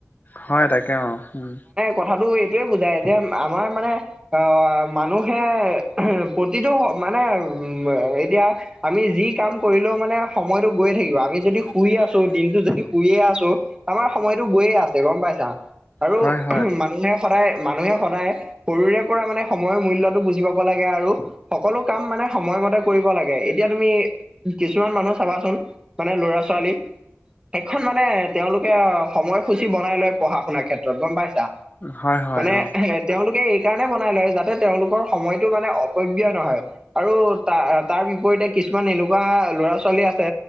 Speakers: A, on the left; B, on the right.
A: হয় তাকে অ উম।
B: কথাাতটো এইটোয়ে বুজাই যে আমাৰ মানে। আহ মানুহে প্ৰতিটো মানে উ এতিয়া। আমি যি কাম কৰিলেও মানে সময়তো গৈয়ে থাকিব আমি যদি শুইে আছো দিনটো যদি শুইয়ে আছো। আমাৰ সময়তটো গৈয়ে আছে গম পাইছা আৰু
A: হয় হয়
B: মানুহে সদায় মানুহে সদায়। সৰুৰে পৰা মানে সময়ৰ মূল্যতটো বুজি পাব লাগে আৰু। সকলো কাম মানে সময়মতে কৰিব লাগে। এতিয়া তুমি কিছুমান মানুহ চাবাচোন মানে ল'ৰা ছোৱালী। শেইখন মানে তেওঁলোকে সময়সূচী বনাই লয় পঢ়া শুনাৰ ক্ষেত্ৰত গম পাইছা।
A: হয় হয়
B: মানে
A: অ
B: হে। তেওঁলোকে এই কাৰণে বনাই লয় যাতে তেওঁলোকৰ সময়টো মানে অপব্যয় নহয়। আৰু তাৰ তাৰ বিপৰীতে কিছুমান এনেকুৱা ল'ৰা ছোৱালী আছে।